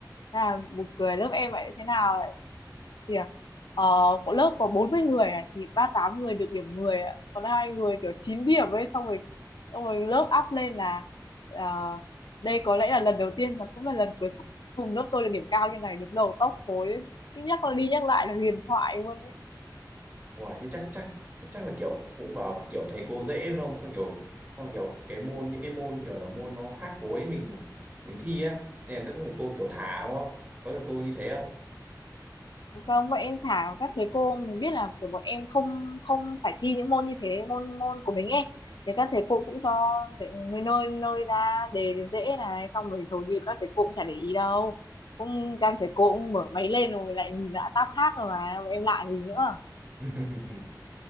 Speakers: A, on the left; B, on the right.
A: Thế là một cười lớp em lại thế nào thì à, ờ, của lớp có 40 người à, thì 38 người được điểm 10, ạ. còn hai người kiểu 9 điểm ấy xong rồi xong rồi lớp up lên là ờ, đây có lẽ là lần đầu tiên và cũng là lần cuối cùng lớp tôi được điểm cao như này được đầu top khối cứ nhắc đi nhắc lại là huyền thoại luôn
B: Ủa, thế chắc chắc chắc là kiểu cũng vào kiểu thầy cô dễ đúng không sao kiểu sao kiểu cái môn những cái môn kiểu là môn nó khác khối mình mình thi á nên là các thầy cô kiểu thả đúng không có thầy cô như thế
A: Vâng, vậy em thả các thầy cô mình biết là kiểu bọn em không không phải thi những môn như thế, môn môn của mình ấy. Thì các thầy cô cũng cho thể- nơi nơi nơi ra đề dễ này, xong rồi hầu như các thầy cô cũng chả để ý đâu. Cũng các thầy cô cũng mở máy lên rồi lại nhìn lại tab khác rồi mà, bọn em lạ gì nữa.
B: <laughs>